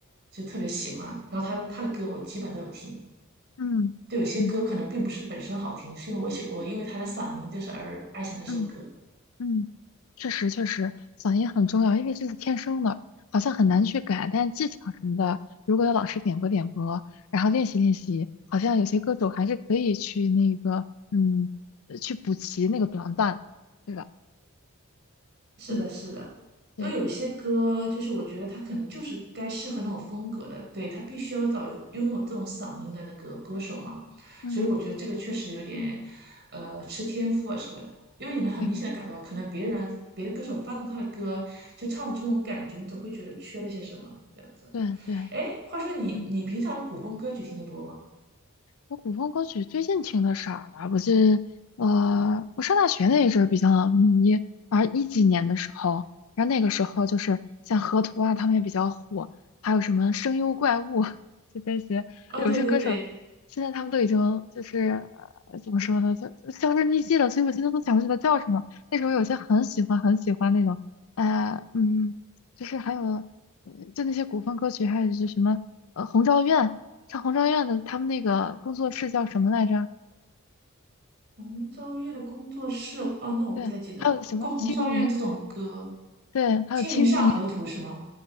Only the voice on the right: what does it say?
就特别喜欢。然后她的她的歌我基本都有听，
就有些歌可能并不是本身好听，是因为我喜我因为她的嗓音就是而爱上这首歌。
是的，
是的，
因为有一些歌，就是我觉得他可能就是该适合那种风格的，对，他必须要找有拥有这种嗓音的那个歌手嘛，
所以我觉得这个确实有点，呃，吃天赋啊什么的，因为你能很明显的感到，
可能别人别的歌手翻唱他的歌就唱不出那种感觉，你总会觉得缺了些什么这样子。
哎，话说你你平常古风歌曲听得多吗？
哦，对对对，
红昭愿的工作室，哦，那我不太记得了。
不过红昭愿这种歌，呃
《清明上河图》是吗？